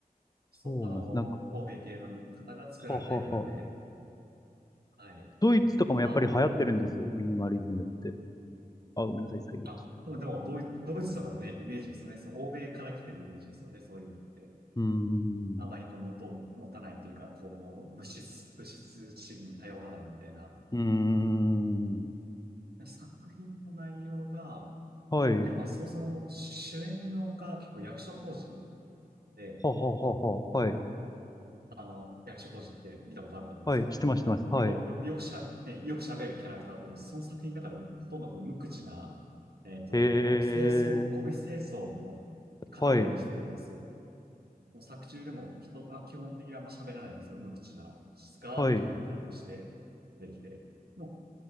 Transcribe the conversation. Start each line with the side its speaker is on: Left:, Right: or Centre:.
Right: そう、
Left: そうなんです。
Right: あの、
Left: なんか、
Right: 欧米系の方が作られた映画で、
Left: ははは。
Right: はい。
Left: ドイツとかもやっぱり流行ってるんですよ。
Right: で、あの、
Left: ミニマリズムって。あ、ごめんなさい、遮一。
Right: あ、でも、でもドイ、ドイツとかのね、イメージですよね。その欧米から来てるイメージですよね。そういうのって。
Left: うー
Right: あまりこう、
Left: ん。
Right: 元を持たないというか、こう、物質、物質主義に頼らないみたいな。
Left: うーん。
Right: 作品の内容が、
Left: はい。
Right: でもまあ、そもそも主演のが結構役所広司で、
Left: はははは。はい。
Right: あの、役所広司って見たことあると思うんですけど、
Left: はい。してます、してます。はい。
Right: 結構よく、よくしゃ、ね、よく喋るキャラクターと思います。その作品の中でほとんどこう無口な、えっと、
Left: へえ。
Right: 清掃、ゴミ清掃の方を演じてるんですよ。
Left: はい。
Right: もう作中でも人が基本的にあんま喋らないんですけど、無口な、静かなキャラクターとしてできて、
Left: はい。
Right: もう